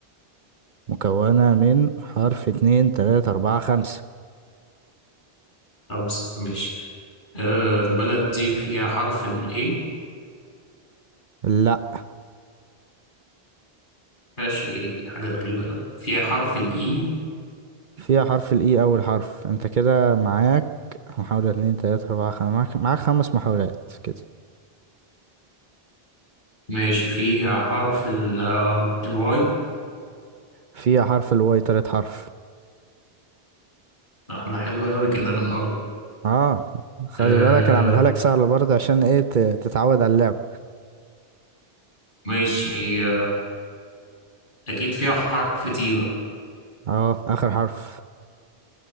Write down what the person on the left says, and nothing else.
خمسة ماشي آه البلد دي فيها حرف ال A
مفيهاش ايه حاجة غريبة أوي. فيها حرف ال E
ماشي فيها حرف ال الواي
احنا حلو قوي كده بنقرب
آه
ماشي آه أكيد فيها حرف تي بقى